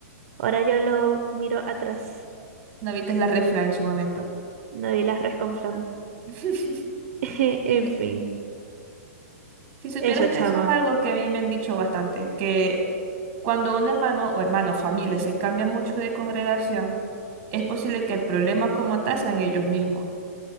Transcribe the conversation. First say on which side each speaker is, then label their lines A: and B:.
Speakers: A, on the right; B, on the right.
A: Ahora yo lo miro atrás.
B: No viste la refra en su momento.
A: No di las res con flan.
B: <laughs>
A: <laughs> En
B: Eh,
A: fin,
B: Si supieras
A: eso,
B: que
A: chama.
B: eso es algo que a mí me han dicho bastante, que cuando un hermano o hermano, familia, se cambia mucho de congregación, es posible que el problema como tal sean ellos mismos.